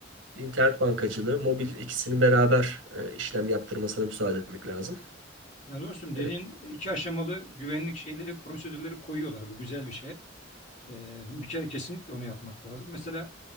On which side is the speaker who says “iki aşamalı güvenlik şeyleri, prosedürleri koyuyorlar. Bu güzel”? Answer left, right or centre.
Left